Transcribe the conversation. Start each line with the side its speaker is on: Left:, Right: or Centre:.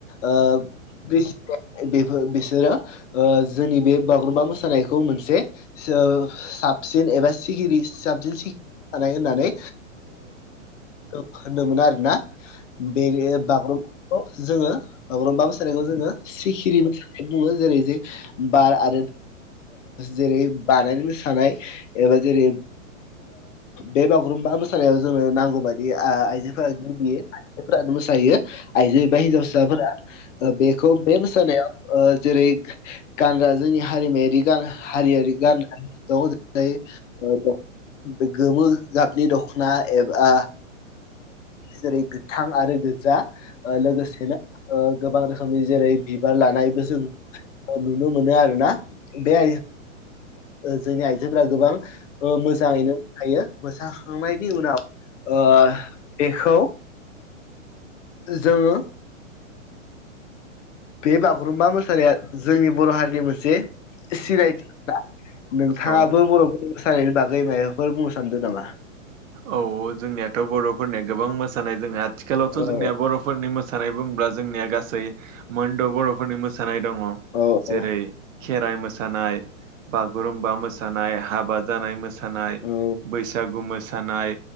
Left: आ बे बिसोरो जोंनि बे बागुरुम्बा मोसानायखौ मोनसे साबसिन एबािरि साबसिन होननानै होनोम मोनो आरो ना बे बागुरुम्बखौ जोङो बागुरुम्बा मोसानायखौ जोङो सिखिरि मोसानायखौ बुङो जेरै जे बार आरो जेरै बानायनो मोसानाय एबा जेरै बे बागुरुम्बा मोसानायाव जोङनो नांगौ मानि आइजोफोरा गयो आइजोफोरानो मोसायो आइजो एबा हिनजावसासाफोरा बेखौ बे मोसानायाव जेरै गानग्रा जोंनि हारिमायारि गान हारियारि गाननानै दं बे गोमो गाबनि दख'ना एबा जेरै गोथां आरो गो्जा लोगोसेनो गोबां रोखोमनि जेरै बिबार लानायबो जों नुनो मोनो आरोोना बे जोंनि जेफ गोबां मोजाङैनो हायो मोसा खांनायनि उनाव बेखौ जोङो बे बागुरुम्बा मोसानाया जोंनि बर' हारिनि मोनसे सिनायथिा नोंथाङाबो
Right: औ
Left: बर'फोर मोसानायनायनि बागै माबाफोर बुंनो सानदों नामा
Right: औ जोंनियाथ' बर'फोरनिया गोबां मोसानाय जों आथिखालावथ'
Left: औ
Right: जोंनिया बर'फोरनि म मोसानाय बुङोब्ला जोंनिया गासै मोनद' बर'फोरनि मोसानाय दङ
Left: औ
Right: जेरै
Left: औ
Right: खेराइ मोसानाय बागुरुमबा मोसानाय हाबा जानाय मोसानाय
Left: औ
Right: बैसाग बैसागु मोसानाय